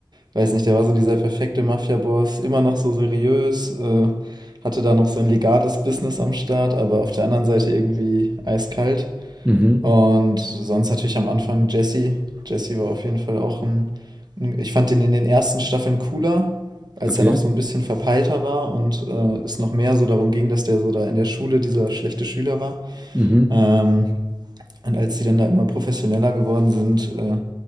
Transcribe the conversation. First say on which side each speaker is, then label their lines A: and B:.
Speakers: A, on the right; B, on the right.
A: weiß nicht, der war so dieser perfekte Mafiaboss, immer noch so seriös, äh, hatte da noch sein legales Business am Start, aber auf der anderen Seite irgendwie eiskalt.
B: Mhm,
A: Und sonst natürlich am Anfang Jesse. Jesse war auf jeden Fall auch ein, ein ich fand den in den ersten Staffeln cooler, als
B: okay.
A: er noch so ein bisschen verpeilter war und äh, es noch mehr so darum ging, dass der so da in der Schule dieser schlechte Schüler war.
B: Mhm.
A: Ähm, und als die dann da immer professioneller geworden sind, äh,